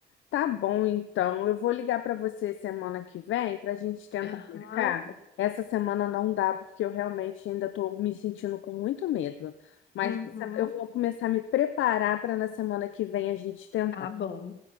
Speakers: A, on the left; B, on the left.
A: Tá bom, então. Eu vou ligar para você semana que vem para a gente tentar
B: Aham,
A: marcar. Essa semana não dá, porque eu realmente ainda estou me sentindo com muito medo. Mas
B: uhum,
A: essa- eu vou começar a me preparar para na semana que vem a gente tentar,
B: tá bom.